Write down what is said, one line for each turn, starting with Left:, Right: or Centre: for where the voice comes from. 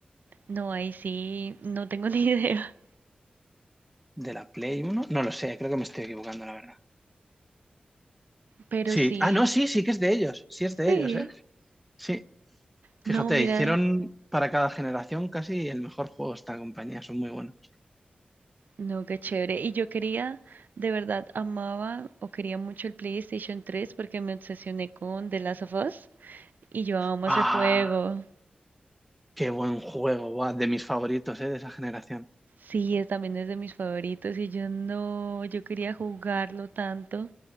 Right: No, ahí sí, no tengo <laughs> ni idea.
Centre: ¿De la Play uno, No lo sé, creo que me estoy equivocando, la verdad.
Right: Pero
Centre: Sí,
Right: sí,
Centre: ah, no, sí, sí que es de ellos, sí es de
Right: sí.
Centre: ellos, ¿eh? Sí,
Right: No,
Centre: fíjate,
Right: mira,
Centre: hicieron para cada generación casi el mejor juego esta compañía, son muy buenos.
Right: no, qué chévere. Y yo quería, de verdad, amaba o quería mucho el PlayStation 3 porque me obsesioné con The Last of Us y yo amo
Centre: Ah,
Right: ese juego.
Centre: qué buen juego, guau, de mis favoritos, ¿eh? De esa generación.
Right: Sí, es, también es de mis favoritos y yo no, yo quería jugarlo tanto,